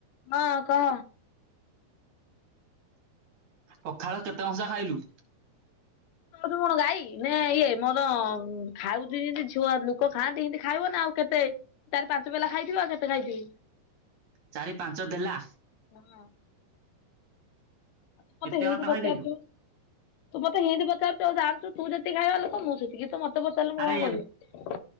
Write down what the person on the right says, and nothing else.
ପଖାଳ କେତେ କଂସା ଖାଇଲୁ?
ଚାରି ପାଞ୍ଚ ବେଲା।
ଏତେ
ଭାତ
ଖାଇଦେଇଛୁ
ଆରେ